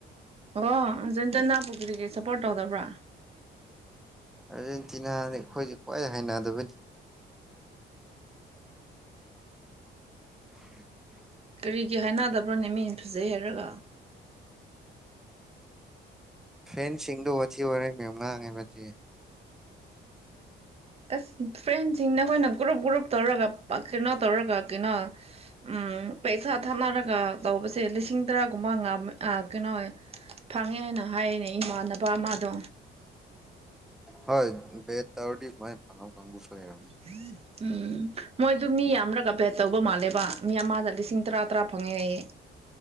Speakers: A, on the right (about 30°); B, in the centre.
A: ꯑꯣ ꯑꯥꯔꯖꯦꯟꯇꯤꯅꯥ ꯄꯨ ꯀꯔꯤꯒꯤ ꯁꯞꯄꯣꯔꯠ ꯇꯧꯗꯕ꯭ꯔꯥ
B: ꯑꯥꯔꯖꯦꯟꯇꯤꯅꯥꯅꯤ ꯑꯩꯈꯣꯏꯁꯦ ꯈ꯭ꯋꯥꯏ ꯍꯩꯅꯗꯕꯩ <inaudible>
A: ꯀꯔꯤꯒꯤ ꯍꯩꯅꯗꯕ꯭ꯔꯣꯅꯦ ꯃꯤꯅ ꯐꯖꯩ ꯍꯥꯏꯔꯒ
B: ꯐꯦꯟꯁꯤꯡꯗꯣ ꯋꯥꯊꯤ ꯋꯥꯔꯦꯝ ꯌꯥꯝ ꯉꯥꯡꯉꯦꯕ ꯑꯗꯨꯒꯤ
A: ꯑꯁ ꯐ꯭ꯔꯦꯟꯁꯤꯡꯗ ꯑꯩꯈꯣꯏꯅ ꯒ꯭ꯔꯨꯞ ꯒ꯭ꯔꯨꯞ ꯇꯧꯔꯒ ꯄꯛ ꯀꯩꯅꯣ ꯇꯧꯔꯒ ꯀꯩꯅꯣ ꯎꯝ ꯄꯩꯁꯥ ꯊꯥꯅꯔꯒ ꯇꯧꯕꯁꯦ ꯂꯤꯁꯤꯡ ꯇꯔꯥꯒꯨꯝꯕ ꯉꯥꯝ ꯑ ꯀꯩꯅꯣ ꯐꯪꯉꯦ ꯍꯥꯏꯅ ꯍꯥꯏꯌꯦꯅꯦ ꯏꯃꯥꯟꯅꯕ ꯑꯃꯗꯣ
B: ꯍꯣꯏ ꯕꯦꯠ ꯇꯧꯔꯗꯤ ꯁꯨꯃꯥꯏ ꯐꯪꯕ ꯀꯥꯡꯒꯨꯁꯨ ꯂꯩꯔꯝꯅꯤ
A: <inaudible> ꯎꯝ ꯃꯣꯏꯗꯨ ꯃꯤ ꯌꯥꯝꯔꯒ ꯕꯦꯠ ꯇꯧꯕ ꯃꯥꯜꯂꯦꯕ ꯃꯤ ꯑꯃꯗ ꯂꯤꯁꯤꯡ ꯇꯔꯥ ꯇꯔꯥ ꯐꯪꯉꯦ ꯍꯥꯏꯌꯦ